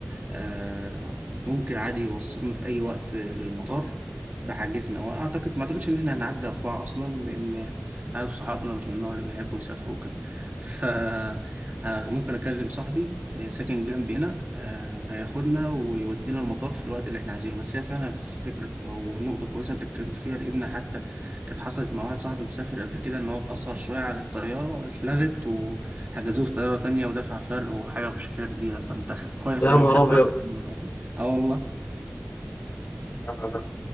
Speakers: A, on the right; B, on the left.
A: آه، ممكن عادي يوصلنا في أي وقت للمطار بحاجتنا وأعتقد ما أعتقدش إن إحنا هنعدي أربعة أصلا لأن أنت عارف صحابنا مش من النوع اللي بيحبوا يسافروا وكده فممكن <laughs> أكلم صاحبي آه، ساكن جنبي هنا آه، هياخدنا ويودينا المطار في الوقت اللي إحنا عايزينه بس هي فعلا فكرة كو- أو نقطة كويسة أنت اتكلمت فيها لأن حتى كانت حصلت مع واحد صاحبي مسافر قبل كده إن هو اتأخر شوية على الطيارة اتلغت حجزوه في طيارة تانية ودفع فرق وحاجة مشكلة كبيرة فأنت خ- كويس
B: يا
A: إن
B: نهار
A: أنت خدت
B: ابيض
A: لا بالك من الموضوع ده أه والله
B: لا لا لا.